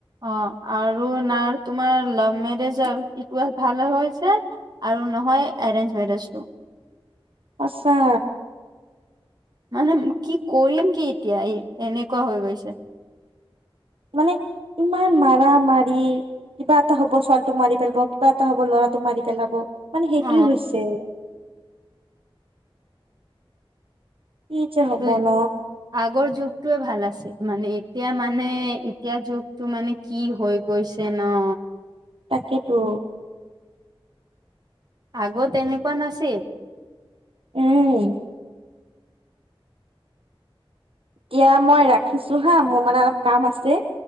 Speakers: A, on the right; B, on the right.
A: অ', আৰু নাৰ তোমাৰ লাভ মেৰেজ ইটো ভাল হৈছে আৰু নহয় এৰেঞ্জ মেৰেজটো।
B: সঁচা।
A: মানে কি কৰিম কি এতিয়া এনেকুৱা হৈ গৈছে।
B: মানে ইমান মাৰা মাৰি কিবা এটা হ'ব ছোৱালীটোক মাৰি পেলাব কিবা এটা হ'ব ল'ৰাটোক মাৰি পেলাব। মানে সেইটোয়ে
A: অ
B: হৈছে। কি যে হ'ব
A: ত
B: ন।
A: আগৰ যুগটোৱে ভাল আছিল মানে এতিয়া মানে, এতিয়া যুগটো মানে কি হৈ গৈছে ন।
B: তাকেইটো।
A: আগত এনেকুৱা নাছিল।
B: উম। এতিয়া মই ৰাখিছোঁ হা মোৰ মানে অলপ কাম আছে।